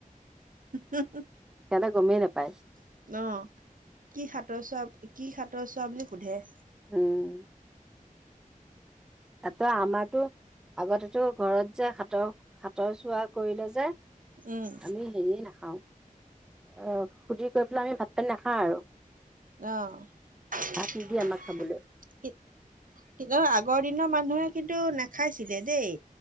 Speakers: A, on the right (about 70°); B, in the centre.
A: <unintelligible>
B: সিহঁতে গমেই নেপায়
A: উম অ কি সাতৰ চোৱা কি সাতৰ চোৱা বুলি সোধে
B: উম ত আমাৰতো আগতেতো ঘৰত যে সাতৰ হাতৰ চোৱা কৰিলে যে আমি
A: উম
B: হেৰিয়ে নাখাও অ সুধি কৰি পেলাই আমি ভাত পানী নাখাওঁ আৰু
A: অ কি
B: ভাত নিদিয়ে আমাক খাবলৈ
A: আগৰ দিনৰ মান মানুহে কিন্তু নাখাইছিলে দেই